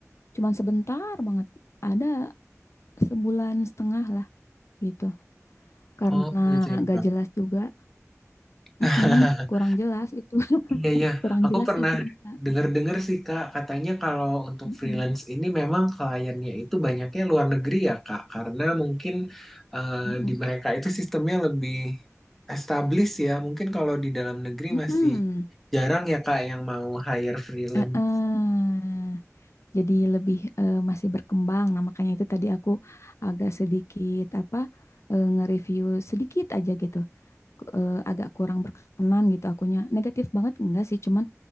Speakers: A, on the left; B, in the centre.
A: cuman sebentar banget. Ada sebulan setengah lah gitu. Karena
B: Oh gitu ya
A: gak
B: Kak.
A: jelas juga,
B: <laughs>
A: Mm-mm, kurang jelas itu.
B: Iya, iya.
A: kurang
B: Aku
A: jelas
B: pernah
A: itu Kak.
B: dengar-dengar sih, Kak. Katanya kalau untuk
A: Mm-mm,
B: freelance ini memang kliennya itu banyaknya luar negeri ya, Kak. Karena mungkin eh,
A: mm-mm,
B: di mereka itu sistemnya lebih established ya. Mungkin kalau di dalam negeri
A: mm-mm.
B: masih jarang ya, Kak, yang mau hire freelance.
A: Eh-eh. Jadi lebih eh, masih berkembang. Nah, makanya itu tadi aku agak sedikit apa eh, nge-review sedikit aja gitu. Ku- eh, agak kurang berkenan gitu akunya. Negatif banget enggak sih, cuman